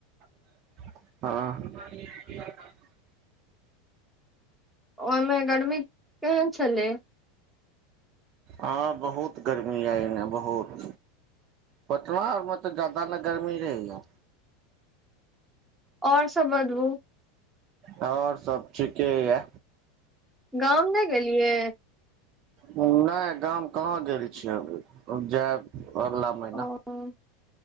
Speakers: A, on the right; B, in the centre.
A: हाँ
B: ओइमे गर्मी केहन छलै
A: हाँ बहुत गर्मी आइ अने बहुत पटना आरमे तऽ जादा न गर्मी रहैया
B: और सब बदबू
A: और सभ ठीके यए
B: गाँव नहि गेलियै
A: नहि गाम कहाँ गेल छियै अभी जायब अगला महिना
B: ओ